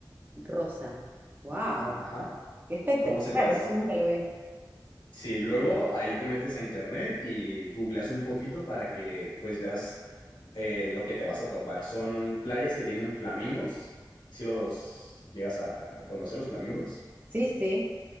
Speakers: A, on the right; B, on the left.
A: rosa. ¡Wow!
B: Ajá,
A: ¡Qué espectacular!
B: ¿cómo se te hace?
A: Eso nunca lo vi.
B: Sí, luego ahí te metes a internet y googleas un poquito para que pues veas eh, lo que te vas a topar. Son playas que tienen flamingos, si los llegas a conocer los flamingos.
A: Sí, sí,